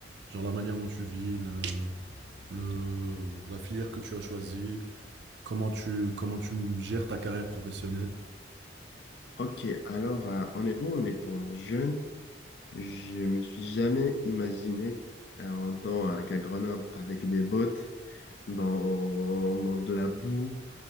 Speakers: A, on the right (about 65°); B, on the left (about 60°).
A: Genre la manière dont tu vis, le, le- la filière que tu as choisie, comment tu, comment tu gères ta carrière professionnelle.
B: Ok, alors euh, honnêtement, en étant jeune, je me suis jamais imaginé euh, en tant euh, qu'agronome avec des bottes dans, dans de la boue